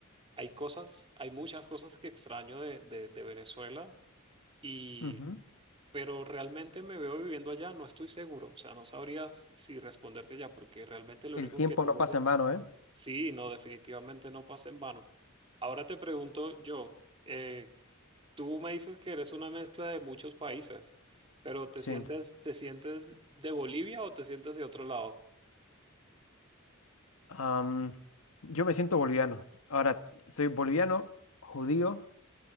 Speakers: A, on the right; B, on the left.
A: hay cosas, hay muchas cosas que extraño de, de, de Venezuela y,
B: Ujú.
A: pero realmente me veo viviendo allá, no estoy seguro. O sea, no sabría s- si responderte ya porque realmente lo
B: El
A: único
B: tiempo
A: que tengo
B: no pasa
A: allá.
B: en vano, ¿eh?
A: Sí, no, definitivamente no pasa en vano. Ahora te pregunto yo, eh, Tú me dices que eres una mezcla de muchos países, pero ¿te
B: Sí.
A: sientes, te sientes de Bolivia o te sientes de otro lado?
B: Am, yo me siento boliviano. Ahora, soy boliviano, judío,